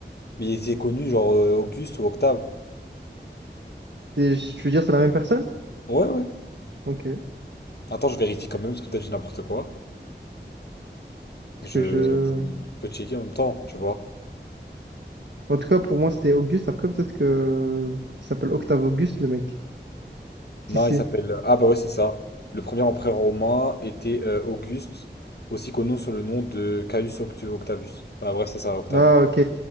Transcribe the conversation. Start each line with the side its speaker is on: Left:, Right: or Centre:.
Left: Mais il était connu, genre euh, Auguste ou Octave.
Right: C'est- je- Tu veux dire c'est la même personne?
Left: Ouais, ouais.
Right: Ok. Parce
Left: Attends, je vérifie quand même, parce que peut-être j'ai n'importe quoi. Je,
Right: que je.
Left: je peux checker en même temps, tu vois.
Right: En tout cas, pour moi, c'était Auguste. Après, peut-être que. Il s'appelle Octave Auguste, le mec. Qui
Left: Non,
Right: c'est?
Left: il s'appelle. Ah, bah ouais, c'est ça. Le premier empereur romain était euh, Auguste, aussi connu sous le nom de Caius Oct- Octavius. Ah, bref, c'est ça, Octave.
Right: Ah, ok.